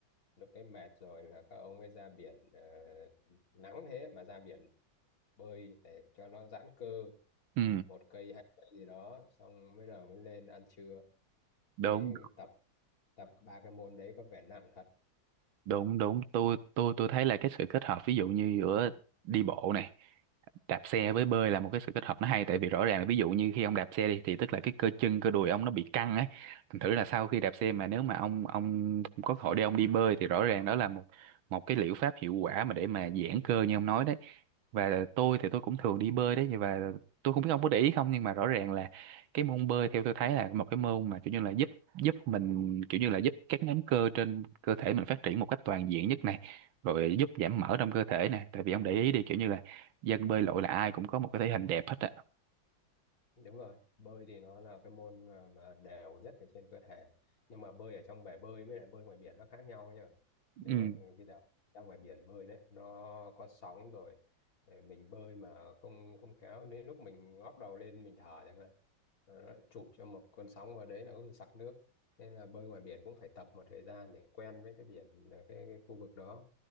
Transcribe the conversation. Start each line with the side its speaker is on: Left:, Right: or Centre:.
Left: lúc đấy mệt rồi là các ông ấy ra biển ờ, nắng thế mà ra biển bơi để cho nó giãn cơ
Right: ừ
Left: một cây hai cây gì đó xong mới đầu mới lên ăn trưa
Right: đúng
Left: thấy tập tập ba cái môn đấy có vẻ nặng thật
Right: đúng đúng tôi tôi tôi thấy là cái sự kết hợp ví dụ như giữa đi bộ này đạp xe với bơi là một cái sự kết hợp nó hay tại vì rõ ràng là ví dụ như khi ông đạp xe đi thì tức là cái cơ chân cơ đùi ông nó bị căng ấy thành thử là sau khi đạp xe mà nếu mà ông ông có cơ hội để ông đi bơi thì rõ ràng đó là một một cái liệu pháp hiệu quả mà để mà giãn cơ như ông nói đấy và tôi thì tôi cũng thường đi bơi đấy và tôi không biết ông có để ý không nhưng mà rõ ràng là cái môn bơi theo tôi thấy là một cái môn mà kiểu như là giúp giúp mình kiểu như là giúp các nhóm cơ trên cơ thể mình phát triển một cách toàn diện nhất này rồi giúp giảm mỡ trong cơ thể nè tại vì ông để ý đi kiểu như là dân bơi lội là ai cũng có một cái thể hình đẹp hết á
Left: đúng rồi bơi thì nó là cái môn mà, mà đều nhất ở trên cơ thể nhưng mà bơi ở trong bể bơi với lại bơi ngoài biển nó khác nhau nhá nếu
Right: ừ
Left: mà khi nào ra ngoài biển bơi đấy nó có sóng rồi để mình bơi mà không không khéo đến lúc mình ngóc đầu lên mình thở chẳng hạn rồi nó chụp cho một cơn sóng vào đấy là có khi sặc nước nên là bơi ngoài biển cũng phải tập một thời gian để quen với cái biển ờ, cái, cái khu vực đó